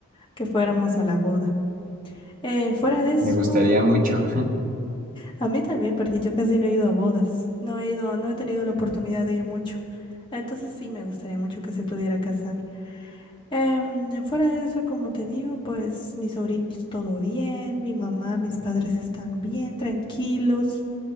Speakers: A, on the left; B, on the right.
A: que fuéramos a la boda. Eh, fuera de eso,
B: Me gustaría mucho. <laughs>
A: a mí también, porque yo casi no he ido a bodas, no he ido, no he tenido la oportunidad de ir mucho. Entonces sí me gustaría mucho que se pudiera casar. Em, eh, fuera de eso, como te digo, pues mis sobrinos todo bien, mi mamá, mis padres están bien, tranquilos.